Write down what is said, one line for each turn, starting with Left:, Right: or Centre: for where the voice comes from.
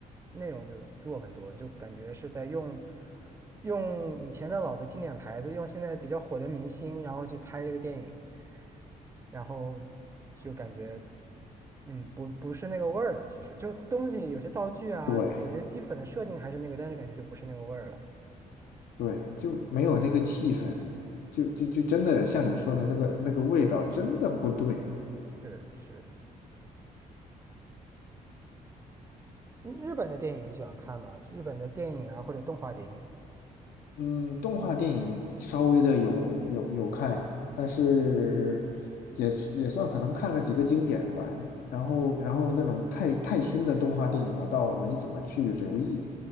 Right: 内容就弱很多，就感觉是在用用以前的老的经典牌子，用现在比较火的明星，然后去拍这个电影，然后就感觉嗯不不是那个味儿了。其实就东西有些道具啊，
Left: 对
Right: 什么有些基本的设定还是那个，但是感觉就不是那个味儿了。
Left: 对，就没有那个气氛，就就就真的像你说的那个那个味道，真的不对。
Right: 是是，日本的电影你喜欢看吗？日本的电影啊，或者动画电影？
Left: 嗯，动画电影稍微的有有有看，但是也是也算可能看了几个经典的吧。然后然后那种太太新的动画电影，我倒没怎么去留意。